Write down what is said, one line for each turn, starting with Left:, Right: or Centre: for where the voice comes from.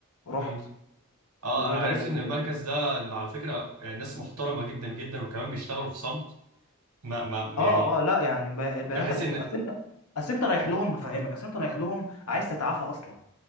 Left: رحت
Right: امم اه
Left: وبدأوا
Right: انا عرفت ان المركز ده انه على فكرة آه، ناس محترمة جدا جدا وكمان بيشتغلوا في صمت ما ما
Left: اه
Right: يعني
Left: اه لا يعني ب- بياناتك
Right: بحيث
Left: مكتوبة
Right: ان
Left: أصل أنت أصل أنت رايح لهم هفهمك أصل أنت رايح لهم عايز تتعافى أصلا